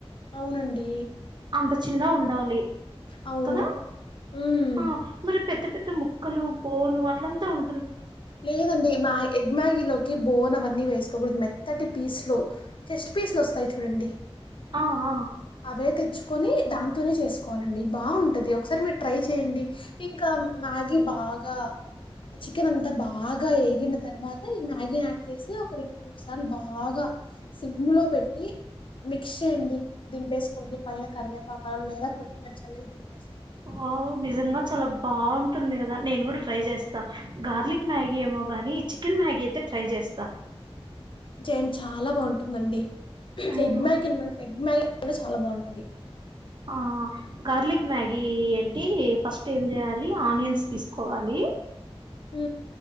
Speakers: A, on the left (about 55°); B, on the right (about 45°).
A: అవునండి
B: అంత చిన్న ఉండాలి
A: అవును
B: కదా
A: మ్
B: ఆ మరి పెద్ద పెద్ద ముక్కలు బోను అట్లంతా ఉం
A: లేదండి మా ఎగ్ మ్యాగీ లోకి బోన్ అవన్నీ వేసుకోకూడదు మెత్తటి పీస్ లో చెస్ట్ పీస్ లు వస్తాయి చూడండి
B: ఆ ఆ
A: అవే తెచ్చుకోని దాంతోనే చేసుకోవాలండి బావుంటది ఒకసారి మీరు ట్రై ఇంకా మ్యాగీ బాగా చి కెన్ అంతా బాగా వేగిన తర్వాత ఈ మ్యాగీని యాడ్ చేసి ఒక రెండు మూడు సార్లు బాగా సిమ్లో పెట్టి మిక్స్ చేయండి దింపేసుకోండి పైన కరివేపాకారం లేదా కొత్తిమీర చల్లేసి దింపేస్
B: ఆ నిజంగా చాలా బాగుంటుంది కదా నేను కూడా ట్రై చేస్తా గార్లిక్ మ్యాగీ ఏమో గాని చికెన్ మ్యాగీ అయితే ట్రై చేస్తా
A: చేయండి చాలా బాగుంటుందండి
B: ఉమ్,
A: ఎగ్ <unintelligible> ఎగ్ మ్యాగ్ <inaudible> చాలా బాగుంటది
B: ఆ గార్లిక్ మ్యాగీ ఏంటి ఫస్ట్ ఏం చేయాలి ఆనియన్స్ తీసుకోవాలి
A: మ్